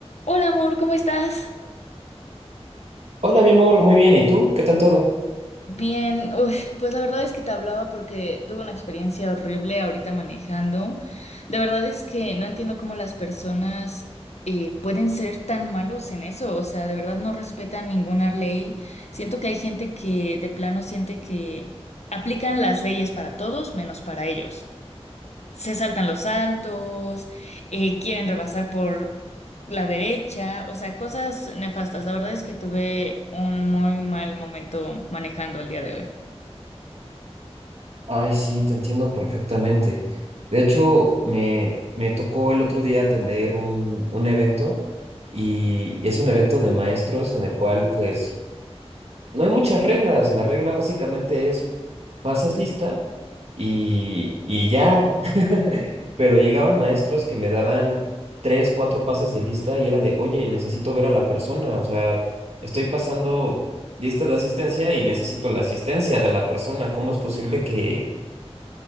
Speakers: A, on the left (about 80°); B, on the right (about 70°).
A: Hola amor, ¿cómo estás?
B: Hola, mi amor, muy bien. ¿Y tú? ¿Qué tal todo?
A: Bien, uy, pues la verdad es que te hablaba porque tuve una experiencia horrible ahorita manejando. De verdad es que no entiendo cómo las personas eh, pueden ser tan malos en eso, o sea, de verdad no respetan ninguna ley. Siento que hay gente que de plano siente que aplican las leyes para todos menos para ellos. se saltan los saltos, eh, quieren rebasar por la derecha, o sea, cosas nefastas. La verdad es que tuve un muy mal momento manejando el día de hoy.
B: Ay, sí, te entiendo perfectamente. De hecho, me, me tocó el otro día atender un, un evento y, y es un evento de maestros en el cual pues No hay muchas reglas. La regla básicamente es pasas lista y, y ya. <laughs> Pero llegaban maestros que me daban tres, cuatro pases de lista y era de, oye, necesito ver a la persona. O sea, estoy pasando lista de asistencia y necesito la asistencia de la persona. ¿Cómo es posible que,